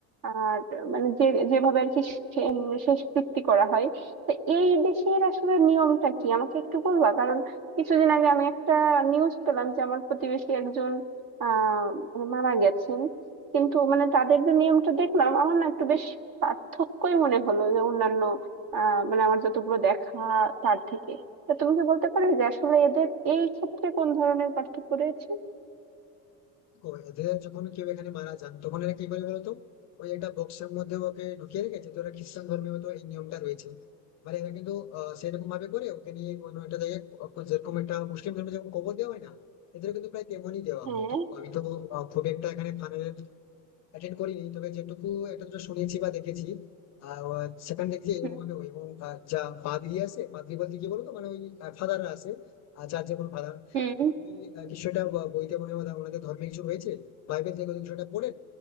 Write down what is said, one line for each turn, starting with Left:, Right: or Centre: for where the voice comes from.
Right: আর মানে যে যেভাবে আর কি শে- উম শেষকৃত্য করা হয় তো এই দেশের আসলে নিয়মটা কি আমাকে একটু বলবা কারণ কিছুদিন আগে আমি একটা নিউজ পেলাম যে আমার প্রতিবেশী একজন আহ মানে মারা গেছেন কিন্তু মানে তাদের যে নিয়মটা দেখলাম আমার না একটু বেশ পার্থক্যই মনে হলো যে অন্যান্য আহ মানে আমার যতগুলো দেখা তার থেকে তা তুমি কি বলতে পারবে যে আসলে এদের এই ক্ষেত্রে কোন ধরনের পার্থক্য রয়েছে
Left: দেখো এদের যখন কেউ এখানে মারা যান তখন এরা কি করে বলতো ওই একটা বক্সের মধ্যে ওকে ঢুকিয়ে রেখেছে তো এরা খ্রিস্টান ধর্মে হয়তো এই নিয়মটা রয়েছে মানে এরা কিন্তু আহ, সেরকম ভাবে করে ওকে নিয়ে কোনো একটা জায়গায় ক- যেরকম একটা মুসলিম ধর্মে যখন কবর দেওয়া হয় না এদের কিন্তু প্রায় তেমনই দেওয়া
Right: হ্যাঁ
Left: হয় তো আমি তো আহ, খুব একটা এখানে ফানের অ্যাটেন্ড করিনি তবে যেটুকু একটা দুটো শুনেছি বা দেখেছি আহ সেখানে দেখছি এরকম
Right: হুম
Left: ভাবে হয়। এবং আহ, যা পাদ্রি আছে পাদ্রি বলতে কি বলতো মানে ওই ফাদাররা আছে আর চার্চের কোনো ফাদার
Right: হুম,
Left: তিনি আহ, কিছু একটা ব- বইতে মনে হয় ওনাদের- ওনাদের ধর্মে কিছু হয়েছে বাইবেল থেকে ওদের কিছু একটা পড়েন